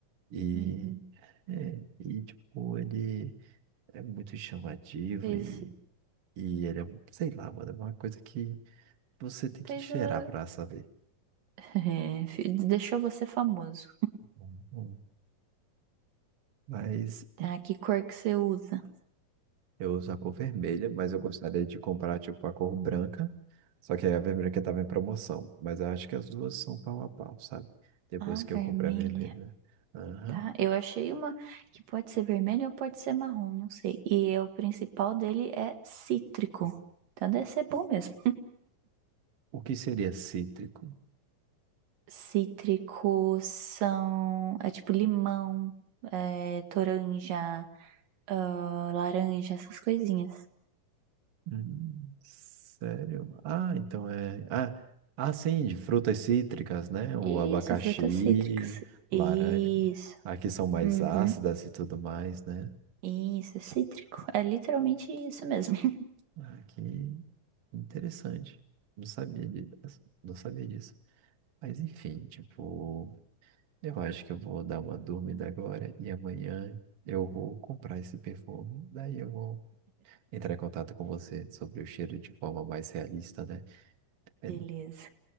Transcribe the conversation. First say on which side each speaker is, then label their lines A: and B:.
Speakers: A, on the right (about 50°); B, on the right (about 85°).
A: E,
B: Uhum. Uhum.
A: é, e tipo, ele é muito chamativo
B: Fez,
A: e, e ele é, sei lá, mano, é uma coisa que você tem
B: fez
A: que cheirar
B: a
A: pra saber.
B: É, fi- deixou você famoso.
A: Hum, hum. Mas,
B: Tá, que cor que você usa?
A: Eu uso a cor vermelha, mas eu gostaria de comprar, tipo, a cor branca. Só que aí a vermelha que tava em promoção. Mas eu acho que as duas são pau a pau, sabe? Depois
B: Ah,
A: que
B: vermelha.
A: eu comprei a vermelha. Aham.
B: Tá, eu achei uma que pode ser vermelha ou pode ser marrom, não sei. E é- o principal dele é cítrico. Então deve ser bom mesmo.
A: O que seria cítrico?
B: Cítrico são. É tipo limão, é, toranja, ah, laranja, essas coisinhas.
A: Hum, sério? Ah, então é. Ah, ah, sim, de frutas cítricas, né? O
B: Isso,
A: abacaxi,
B: frutas cítricas.
A: o
B: Isso.
A: laranja. né? Aqui são mais
B: Uhum.
A: ácidas e tudo mais, né?
B: Isso, é cítrico. É literalmente isso mesmo. <laughs>
A: Ah, que interessante. Não sabia disso. Não sabia disso. Mas enfim, tipo, eu acho que eu vou dar uma dormida agora e amanhã eu vou comprar esse perfume. Daí eu vou entrar em contato com você sobre o cheiro de forma mais realista, né? Bem,
B: Beleza.